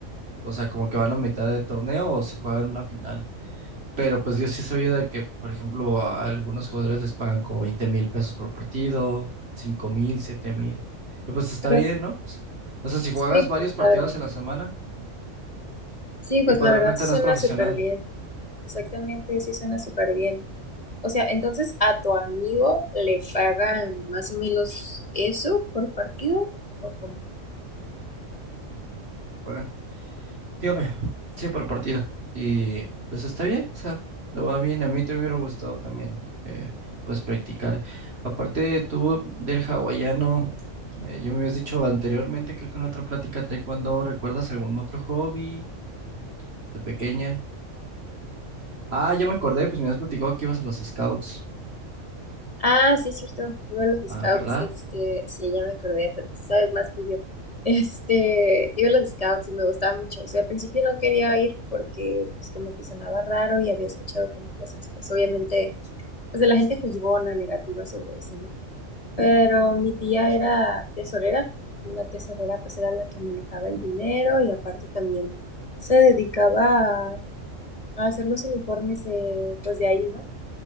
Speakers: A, on the right; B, on the left.
A: o sea, como que van a mitad de torneo o si juegan una final. Pero pues yo sí he sabido de que, por ejemplo, a algunos jugadores les pagan como veinte mil pesos por partido, cinco mil, siete mil. Y pues está
B: Pero
A: bien, ¿no? O sea, si juegas
B: sí,
A: varios
B: pues
A: partidos
B: la verdad.
A: en la semana
B: Sí, pues
A: y pues
B: la verdad
A: realmente
B: sí
A: no
B: suena
A: es profesional,
B: súper bien. Exactamente, sí suena súper bien. O sea, entonces a tu amigo le pagan más o menos eso por partido o cómo?
A: te pagan. Dígame, sí, por partido. Y pues está bien, o sea, lo va bien. A mí te me hubiera gustado también, eh, pues practicar. Aparte, tú del hawaiano, eh, yo me habías dicho anteriormente, creo que en otra plática, taekwondo, ¿recuerdas algún otro hobby de pequeña? Ah, ya me acordé, pues me habías platicado que ibas a los scouts.
B: Ah, sí, es cierto. Iba a los
A: Ah,
B: scouts,
A: ¿verdad?
B: este,
A: <clears throat>
B: sí, ya me acordé, hasta tú sabes más que yo. <laughs> Este, iba a los scouts y me gustaba mucho. O sea, al principio no quería ir porque pues como que sonaba raro y había escuchado como cosas, pues obviamente, pues de la gente juzgona, negativa sobre eso. ¿no? Pero mi tía era tesorera, y la tesorera pues era la que manejaba el dinero y aparte también se dedicaba a, a hacer los uniformes de, pues de ahí, ¿no?